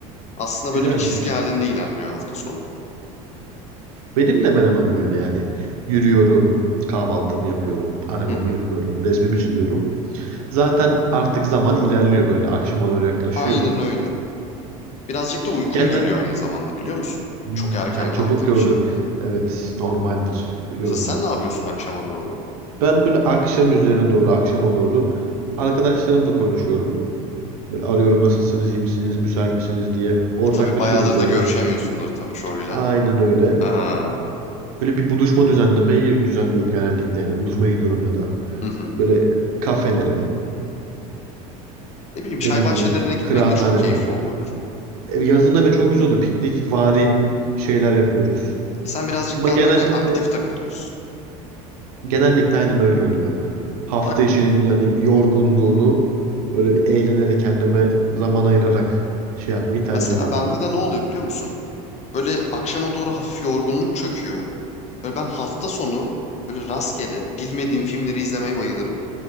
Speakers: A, on the left; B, on the right.
A: Aslında
B: Güzelmiş.
A: böyle bir çizgi halinde ilerliyor hafta sonu.
B: Benim de hemen hemen böyle yani. Yürüyorum, kahvaltımı yapıyorum, arabamı
A: Hı hı.
B: yıkıyorum, resmimi çiziyorum. Zaten artık zaman ilerliyor böyle. Akşama doğru yaklaşıyor.
A: Aynen öyle. Birazcık da uykum
B: Genel
A: geliyor aynı zamanda biliyor musun?
B: Hmm,
A: Çok erken
B: sen
A: kalktığım
B: çabuk yoruluyor.
A: için.
B: Evet, normaldir yorulman.
A: Mesela sen ne yapıyorsun akşama doğru?
B: Ben böyle akşam üzerine doğru, akşama doğru arkadaşlarımla konuşuyorum. Böyle arıyorum nasılsınız, iyi misiniz, müsait misiniz diye. Ortaklaşıyoruz
A: E tabii bayağıdır
B: böyle.
A: da görüşemiyorsundur tabii çoğuyla.
B: Aynen öyle.
A: Ha.
B: Böyle bir buluşma düzenlemeyi düzenliyorum genellikle yani. Buluşmaya gidiyorum ya da
A: Hı hı.
B: böyle kafelere,
A: Ne bileyim çay
B: ne bileyim,
A: bahçelerine gitmek
B: kıraathanede.
A: de çok keyifli oluyordur.
B: E, Yazın evet çok güzel oluyor. Piknik vari şeyler yapıyoruz.
A: E sen birazcık
B: Ama
A: daha
B: genellikle
A: böyle aktif takılıyorsun.
B: Genellikle aynen öyle oluyor. Hafta
A: Bak
B: işinin yani yorgunluğunu böyle bir eğlenerek kendime zaman ayırarak şey yapmayı tercih
A: mesela
B: ediyorum
A: bende
B: ben.
A: de ne oluyor biliyor musun? Böyle akşama doğru hafif yorgunluk çöküyor. Böyle ben hafta sonu böyle rastgele bilmediğim filmleri izlemeye bayılırım.